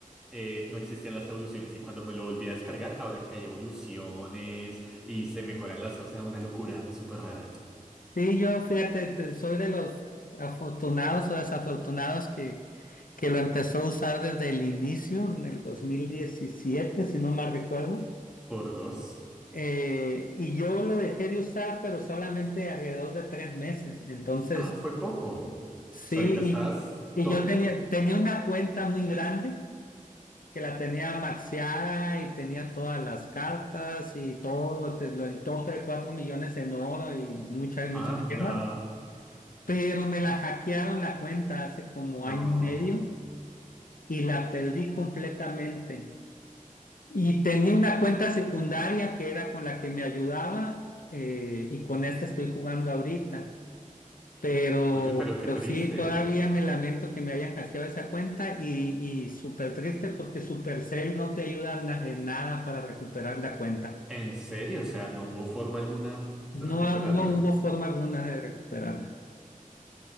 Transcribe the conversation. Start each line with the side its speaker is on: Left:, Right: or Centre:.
Centre: eh, no existían las evoluciones y cuando me lo volví a descargar, ahora que hay evoluciones y se mejoran las, o sea, una locura súper rara.
Left: Sí, yo fíjate, te- soy de los afortunados o desafortunados que, que lo empezó a usar desde el inicio, en el 2017 si no mal recuerdo.
Centre: Por dos.
Left: Eh, y yo lo dejé de usar, pero solamente alrededor de tres meses. Entonces,
Centre: Ah, fue poco.
Left: sí,
Centre: So, ahorita estás
Left: y,
Centre: top.
Left: y yo tenía, tenía una cuenta muy grande que la tenía maxiada y tenía todas las cartas y todo, te- lo- el tope de cuatro millones en oro y muchas, muchas
Centre: Anda.
Left: gemas. Pero me la hackearon la cuenta hace como
Centre: No.
Left: año y medio y la perdí completamente. Y tenía una cuenta secundaria que era con la que me ayudaba eh, y con esta estoy jugando ahorita. Pero,
Centre: Oye, pero qué
Left: pero
Centre: triste.
Left: sí, todavía me lamento que me hayan hackeado esa cuenta y, y súper triste porque Supercell no te ayuda na- en nada para recuperar la cuenta.
Centre: En serio, o sea, no hubo forma alguna
Left: No,
Centre: de recuperarla.
Left: ha- no hubo forma alguna de recuperarla.